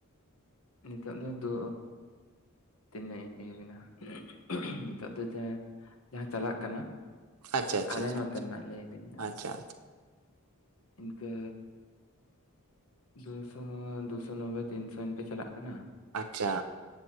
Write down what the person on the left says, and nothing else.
ᱱᱤᱛᱚᱜ ᱫᱚ ᱫᱩ ᱛᱤᱱᱟᱹᱜ ᱤᱧ ᱞᱟᱹᱭ ᱭᱟᱵᱤᱱᱟ᱾ ᱱᱤᱛᱚᱜ ᱫᱚ ᱡᱟ ᱡᱟᱦᱟᱸ ᱪᱟᱞᱟᱜ ᱠᱟᱱᱟ᱾
ᱟᱞᱮ
ᱱᱚᱛᱮᱱᱟᱜ ᱞᱟᱹᱭ ᱫᱚᱧ ᱟᱫᱚ
ᱤᱱᱠᱟᱹ ᱫᱩᱥᱚ ᱫᱩᱥᱚ ᱱᱚᱵᱳᱭ ᱛᱤᱱᱥᱚ ᱤᱱᱠᱟᱹ ᱪᱟᱞᱟᱜ ᱠᱟᱱᱟ᱾